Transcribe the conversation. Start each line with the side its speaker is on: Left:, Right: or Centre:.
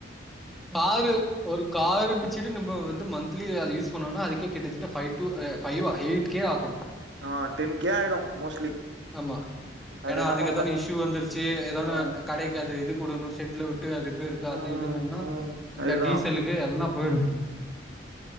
Centre: காரு ஒரு காரு வச்சுட்டு நம்ம வந்து மந்த்லி அது யூஸ் பண்ணோனா அதுக்கே கிட்டத்தட்ட ஃபை டூ ஃபைவா எயிட் கே ஆகும்
Right: ஆஹ் டென் கே ஆயிடும் மோஸ்ட்லி
Centre: ஆமா ஏன்னா
Right: அது
Centre: அதுக்கு
Right: நம்ம
Centre: ஏதான இஷ்யூ வந்துருச்சு ஏதான
Right: ஆ
Centre: கடைக்கு அது இதுக்வுடணும் ஷெட்ல விட்டு அது ரிப்பேருக்கு அது
Right: ம்
Centre: இதுன்னா
Right: ம் அதுதா
Centre: ட டீசலுக்கு எல்லாம் போய்டும்